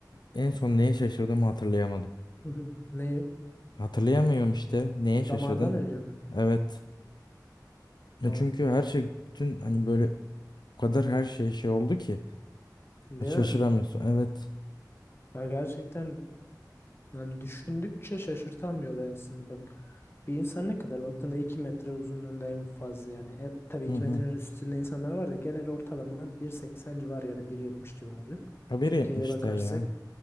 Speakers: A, on the left (about 75°); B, on the left (about 35°).
A: En son neye şaşırdığımı hatırlayamadım.
B: Hı hı. Ne?
A: Hatırlayamıyorum işte. Neye
B: Damardan
A: şaşırdım?
B: önce mi?
A: Evet. Ya
B: Tamam.
A: çünkü her şey bütün hani böyle o kadar her şey şey oldu ki
B: Değil
A: şaşıramıyorsun.
B: mi?
A: Evet.
B: Ya gerçekten yani düşündükçe şaşırtan bir olay aslında bak. Bir insan ne kadar baktığında 2 metre uzunluğunda en fazla yani. E, tabii 2
A: Hı hı.
B: metrenin üstünde insanlar var da genel ortalama 1.80 civarı ya da 1.70 civarı.
A: Haberi
B: Türkiye'ye
A: yapmış
B: bakarsak
A: da ya.